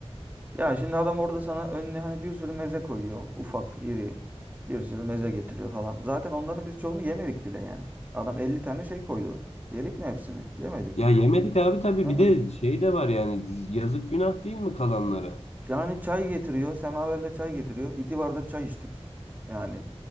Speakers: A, on the right (about 15°); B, on the left (about 80°).
A: Ya şimdi adam orada sana önüne hani bir sürü meze koyuyor. Ufak, iri. Bir sürü meze getiriyor falan. Zaten onların biz çoğunu yemedik bile yani. Adam 50 tane şey koydu. Yedik mi hepsini? Yemedik.
B: Ya yemedik abi tabii
A: <laughs>
B: bir de şey de var yani yazık günah değil mi kalanlara?
A: Yani çay getiriyor. Semaverle çay getiriyor. İki bardak çay içtik. Yani